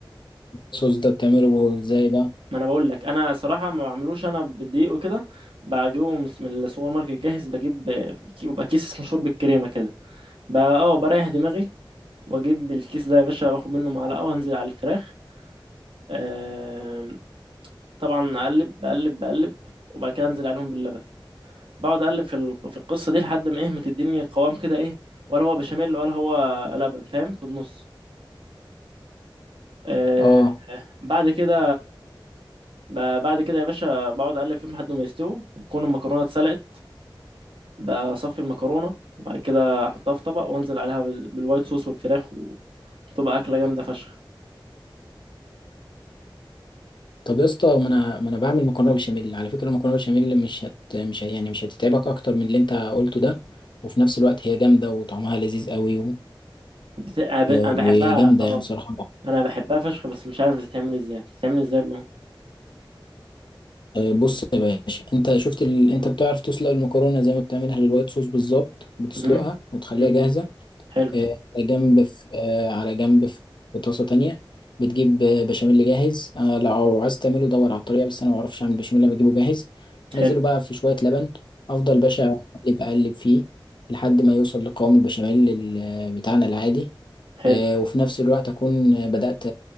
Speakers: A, on the left; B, on the right.
A: الصوص ده بتعمله ازاي ده
B: ما انا بقول لك انا صراحه ما بعملوش انا بالدقيق وكده بجيبه من من السوبر ماركت جاهز بجيب آه، في- بيبقى كيس اسمه شوربه كريمه كده بقى اه بريح دماغي واجيب الكيس ده يا باشا باخد منه معلقه وانزل على الفراخ آم، طبعا اقلب بقلب بقلب وبعد كده انزل عليهم باللبن بقعد اقلب في ال- في القصه دي لحد ما ايه ما تديني قوام كده ايه ولا هو بشاميل ولا هو لبن فاهم في النص آه
A: اه
B: بعد كده ب- بعد كده يا باشا بقعد اقلب فيهم لحد ما يستووا وتكون المكرونه اتسلقت بصفي المكرونه وبعد كده احطها في طبق وانزل عليها بال- بالوايت صوص والفراخ وتبقى اكله جامده فشخ
A: طب يا اسطى ما انا ما انا بعمل مكرونه بشاميل على فكره المكرونه بشاميل مش هت مش ه- يعني مش هتتعبك اكتر من اللي انت قلته ده وفي نفس الوقت هي جامده وطعمها لذيذ قوي و...
B: بس- انا ب- أنا
A: وجامده
B: بحبها اه
A: يعني مم. صراحه
B: انا بحبها فشخ بس مش عارف بتتعمل ازاي بتتعمل ازاي بقى
A: آه، بص يا باشا انت شفت ال... انت بتعرف تسلق المكرونه زي ما بتعملها للوايت صوص بالظبط بتسلقها
B: امم
A: وتخليها
B: امم
A: جاهزه
B: حلو
A: آه، على جنب في آه، على جنب في في طاسة تانية بتجيب آه، بشاميل جاهز آه، لو عايز تعمله دور على الطريقة بس أنا معرفش أعمل بشاميل أنا بجيبه جاهز أنزله
B: حلو
A: بقى في شوية لبن أفضل باشا أقلب أقلب فيه لحد ما يوصل لقوام البشاميل ال- آه، بتاعنا العادي
B: حلو
A: آه، وفي نفس الوقت أكون بدأت